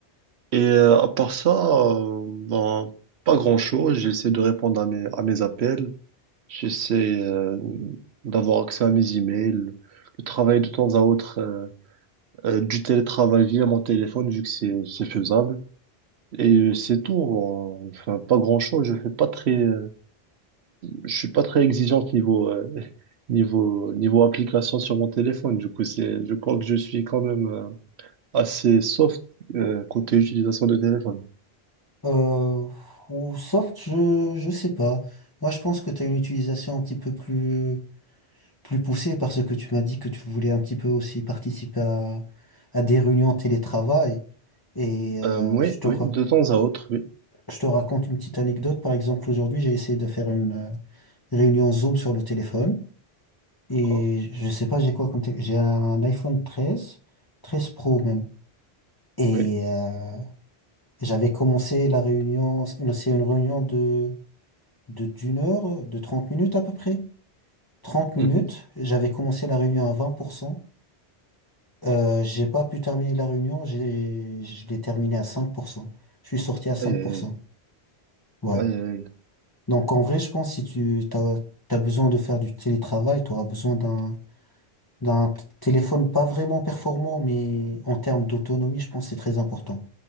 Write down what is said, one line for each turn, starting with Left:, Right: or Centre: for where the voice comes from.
Right: Et euh, à part ça, euh, ben, pas grand-chose, j'essaie de répondre à mes, à mes appels, j'essaie euh, d'avoir accès à mes emails, de travailler de temps à autre. euh, euh, du télétravail via mon téléphone, vu que c'est c'est faisable. Et c'est tout. en- Enfin, pas grand-chose. Je fais pas très, euh, je suis pas très exigeant niveau euh, <laughs> niveau niveau application sur mon téléphone. Du coup, c'est, je crois que je suis quand même euh, assez soft euh, côté utilisation de téléphone.
Left: Euh, ou soft, je, je sais pas. Moi, je pense que t'as une utilisation un petit peu plus, plus poussée parce que tu m'as dit que tu voulais un petit peu aussi participer à, à des réunions télétravail. Et euh,
Right: Euh, oui,
Left: je te,
Right: oui,
Left: ra-
Right: de temps à autre, oui.
Left: je te raconte une petite anecdote. Par exemple, aujourd'hui, j'ai essayé de faire une euh, réunion Zoom sur le téléphone. Et
Right: D'accord.
Left: je sais pas, j'ai quoi comme... tél- J'ai un iPhone 13 13 Pro même. Et
Right: Oui.
Left: euh, Et J'avais commencé la réunion, c'est une, c'est une réunion de, de, d'une heure, de 30 minutes à peu près. Trente minutes,
Right: Mhm.
Left: j'avais commencé la réunion à 20%. Euh, j'ai pas pu terminer la réunion, j'ai, je l'ai terminée à 5%. Je suis sorti à 5%.
Right: Aïe, aïe,
Left: Ouais.
Right: aïe, aïe, aïe.
Left: Donc en vrai, je pense si tu t'as, t'as besoin de faire du télétravail, tu auras besoin d'un, d'un t- téléphone pas vraiment performant, mais en termes d'autonomie, je pense que c'est très important.